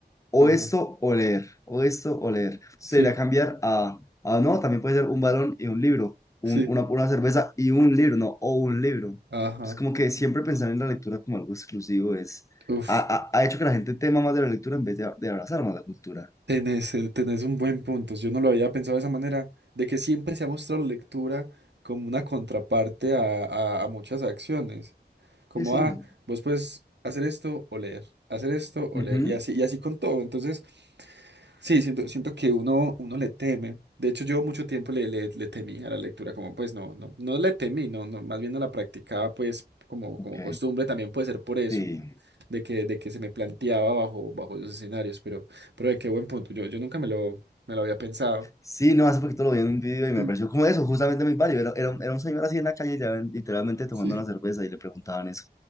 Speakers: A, on the left (about 20°); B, on the right (about 80°).
A: o
B: ajá.
A: esto o leer, o esto o leer.
B: Sí,
A: Usted irá a cambiar a, a no, también puede ser un balón y un libro, un-
B: sí,
A: una, una cerveza y un libro, no, o un libro.
B: ajá.
A: Es como que siempre pensar en la lectura como algo exclusivo es,
B: Uf,
A: ha, ha- ha hecho que la gente tema más de la lectura en vez de, de abrazar más la cultura.
B: tenés, el- tenés un buen punto. Yo no lo había pensado de esa manera, de que siempre se ha mostrado la lectura como una contraparte a, a a muchas acciones. Como,
A: Sí, sí.
B: ah, vos puedes hacer esto o leer, hacer esto o
A: Ujú,
B: leer, y así, y así con todo. Entonces, sí, siento, siento que uno, uno le teme. De hecho, yo mucho tiempo le, le, le temí a la lectura, como pues no, no, no le temí, no, no, más bien no la practicaba pues como,
A: Ok,
B: como costumbre, también puede ser por eso,
A: sí.
B: de que, de que se me planteaba bajo, bajo esos escenarios, pero, pero de qué buen punto, yo, yo nunca me lo, me lo había pensado.
A: Sí, no, hace poquito lo vi en un video y
B: Sí,
A: me pareció como eso, justamente muy válido. Era, era, un, era un señor así en la calle, ya, literalmente tomando
B: sí.
A: una cerveza y le preguntaban eso.